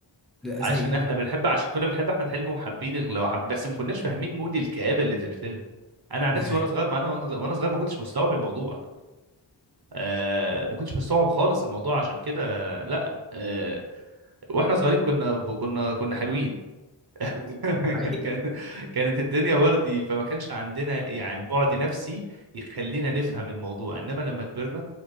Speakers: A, in the centre; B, on the right.
A: ده
B: عشان
A: زي ايه
B: احنا بنحب عشان كنا بنحب احمد حلمي وحابين ال... وحب- بس ما كناش فاهمين مود الكآبة اللي في الفيلم انا عن
A: ده
B: نفسي
A: حقيقي
B: وانا صغير مع انا وانا وأنا صغير ما كنتش مستوعب الموضوع آه ما كنتش مستوعب خالص الموضوع عشان كده لا آه واحنا صغيرين كنا كنا كنا حلوين <laughs>
A: ده حقيقي
B: كان كانت الدنيا وردي فما كانش عندنا يعني بعد نفسي يخلينا نفهم الموضوع انما لما كبرنا